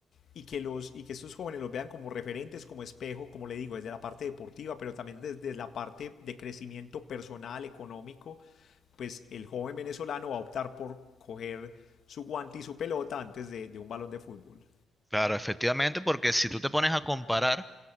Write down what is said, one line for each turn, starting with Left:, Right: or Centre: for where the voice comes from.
Left: y que, los, y que estos jóvenes los vean como referentes, como espejo, como le digo, desde la parte deportiva, pero también desde la parte de crecimiento personal, económico, pues el joven venezolano va a optar por coger su guante y su pelota antes de, de un balón de fútbol.
Centre: Claro, efectivamente, porque si tú te pones a comparar